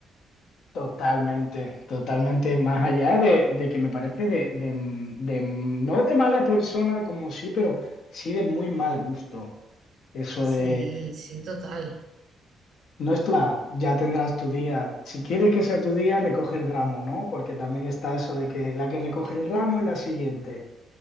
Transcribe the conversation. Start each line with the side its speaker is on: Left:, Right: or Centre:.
Left: Totalmente, totalmente, más allá de, de que me parece de, de, de- no de mala persona como sí, pero sí de muy mal gusto. Eso
Right: Sí,
Left: de,
Right: sí, total.
Left: no es tu, día, ya tendrás tu día. Si quieres que sea tu día, recoge el ramo, ¿no? Porque también está eso de que la que recoge el ramo es la siguiente.